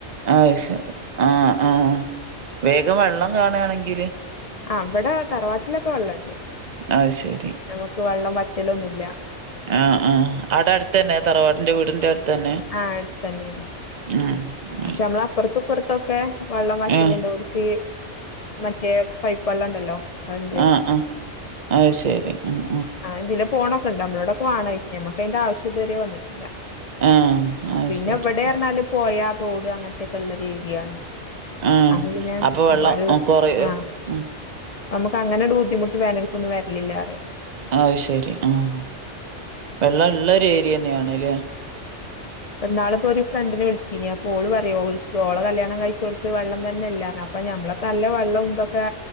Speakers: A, on the right; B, on the left.
A: അഹ് ശ ആഹ് ആഹ് വേഗം വെള്ളം കാണണെങ്കില്
B: ആഹ് അവടെ തറവാട്ട്ലക്കെ വള്ളണ്ട്.
A: അഹ് ശരി
B: ഞങ്ങക്ക് വള്ളം വറ്റലൊന്നുംല്ല.
A: ആഹ് ആഹ് അടെ അട്ത്തന്നെ തറവാട്ന്റെ വീട്ന്റെ അട്ത്തന്നെ?
B: ആഹ് അട്ത്തന്നെണ്.
A: <unintelligible>
B: പക്ഷെ നമ്മള അപ്പർത്തും പ്പർത്തൊക്കെ വള്ളം വറ്റലുണ്ടോൽക്ക്.
A: ആഹ്
B: മറ്റേ പൈപ്പള്ളം ണ്ടല്ലോ അഹ്ണ്ട്
A: ആഹ് ആഹ് അത് ശരി ആഹ്
B: ആഹ് ഇതിലെ പോണക്കെ ണ്ട് നമ്മളോടൊക്ക വാണോ ഴ്ച്ച്നി നമ്മക്ക് അയിന്റെ ആശ്യം വരെ വന്ന്ട്ട്ല്ല.
A: ആഹ് അത്
B: പിന്നെ
A: ശരി
B: വടെ ർഞ്ഞാല് പൊഴ, തോട് അങ്ങൻത്തെക്കെ ള്ള ഒരു ഏരിയാണ്.
A: ആഹ്
B: അപ്പോ പിന്നെ
A: അപ്പൊ വെള്ളം
B: വള്ള
A: ഉം കൊറയോ
B: ആഹ്
A: ഉം
B: നമ്മക്ക് അങ്ങനാണ്ട് ബുദ്ധിമുട്ട് വേനൽക്കൊന്നും വര്ൽല്ലാറ്യ.
A: ആഹ് ശരി ആവെള്ളം ഇള്ള ഒരു ഏരിയ തന്നെയാണ് അല്ലെ
B: ന്നാള് പ്പോ ഒരു ഫ്രണ്ടിനെ വിളിച്ചിനി അപ്പോ ഓള് പറ്യ ഓൾക്ക് ഓളെ കല്യാണം കഴിച്ചോട്ത്ത് വള്ളം തന്നെല്ലർഞ്ഞ് അ അപ്പൊ മ്മളക്കെ നല്ല വെള്ളം ഇന്തൊക്കെ